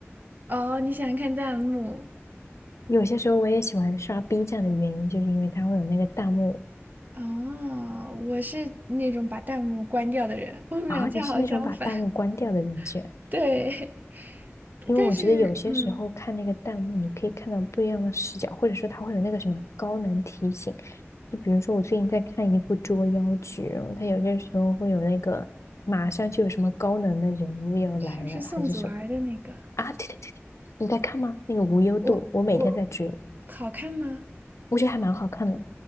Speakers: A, on the right (about 40°); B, on the left (about 80°).
A: 哦，你喜欢看弹幕？
B: 有些时候我也喜欢刷 B 站的原因，就是因为它会有那个弹幕
A: 哦，我是那种把弹幕关掉的人，我们俩恰好相反。
B: 啊。你是那种把弹幕关掉的人居然。
A: <laughs> 对，
B: 因为我觉得有些时候看那个弹幕，
A: 但是，嗯。
B: 你可以看到不一样的视角，或者说它会有那个什么高能提醒。就比如说，我最近在看一部捉妖剧，然后它有些时候会有那个马上就有什么高能的人物要来了，
A: 是不是宋祖儿的那个？
B: 还是什么啊？对对对，你在看吗？那个无忧渡，
A: 我我
B: 我每天在追，
A: 好看吗？
B: 我觉得还蛮好看的。